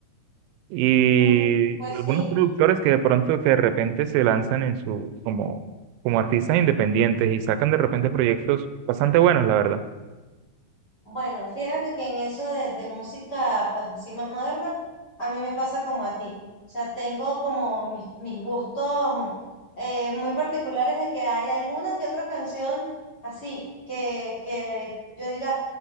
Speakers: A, on the right; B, on the left.
A: y
B: Mm, Pues
A: algunos
B: sí,
A: productores que de pronto que de repente se lanzan en su, como, como artistas independientes y sacan de repente proyectos bastante buenos, la verdad.
B: bueno, fíjate que en eso de, de música, pues así más moderna, a mí me pasa como a ti. O sea, tengo como mis, mis gustos mm, eh, muy particulares de que hay alguna que otra canción así que, que yo diga,